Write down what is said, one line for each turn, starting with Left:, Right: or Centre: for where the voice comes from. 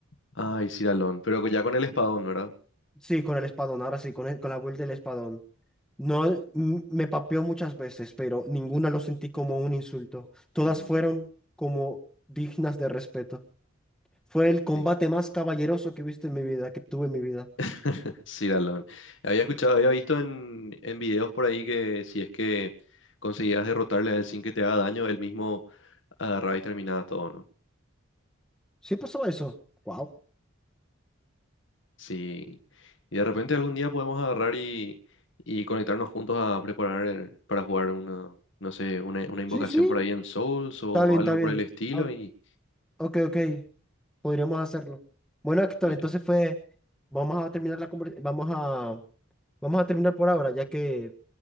Left: Ay, Ciralón, pero ya con el espadón, ¿verdad?
Centre: Sí, con el espadón, ahora sí, con, el- con la build del espadón. No, m- me papeó muchas veces, pero ninguna lo sentí como un insulto. Todas
Left: Mm,
Centre: fueron como dignas de respeto. Fue el combate
Left: sí.
Centre: más caballeroso que he visto en mi vida, que tuve en mi vida.
Left: <laughs> Sí, Ciralón. Había escuchado, había visto en, en videos por ahí que si es que conseguías derrotarle a él sin que te haga daño, él mismo agarraba y terminaba todo, ¿no?
Centre: ¿Sí pasaba eso? Wow.
Left: Sí. Y de repente algún día podemos agarrar y, y conectarnos juntos a preparar el- para jugar una, no sé, una, una invocación
Centre: Sí, sí.
Left: por ahí en Souls o
Centre: Está bien,
Left: algo
Centre: está bien.
Left: por el estilo.
Centre: Ah,
Left: Y
Centre: ok, ok. Podríamos hacerlo. Bueno, Héctor,
Left: ay,
Centre: entonces fue. Vamos a terminar la conversación. Vamos a. Vamos a terminar por ahora, ya que